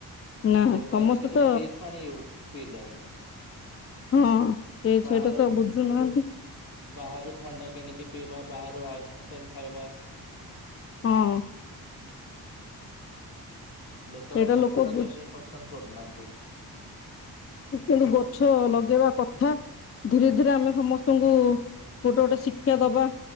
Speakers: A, on the left; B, on the left.
A: ନା
B: ଲୋକ
A: ସମସ୍ତେ
B: ଆଜିକାଲି
A: ତ
B: ଫ୍ରିଜ ପାଣି ୟୁ ପିଇଲେଣି।
A: ହଁ ସେ
B: ବାହାରୁ
A: ସେଇଟା ତ ବୁଝୁନାହାନ୍ତି।
B: ବାହାରୁ ଥଣ୍ଡା କିଣିକି ପିଇବା ବାହାରୁ ଆଇସ୍କ୍ରିମ ଖାଇବା
A: ହଁ।
B: ଲୋକ
A: ସେଇଟା
B: ଆଉ ଗଛ ଲଗେଇବାକୁ
A: ବୁଝୁ
B: ପାଇଁ ପସନ୍ଦ କରୁନାହାନ୍ତି।
A: ଅଚୁଆଲ୍ୟ ଗଛ ଲଗେଇବା କଥା। ଧୀରେ ଧୀରେ ଆମେ ସମସ୍ତଙ୍କୁ ଗୋଟେ ଗୋଟେ ଶିକ୍ଷା ଦବା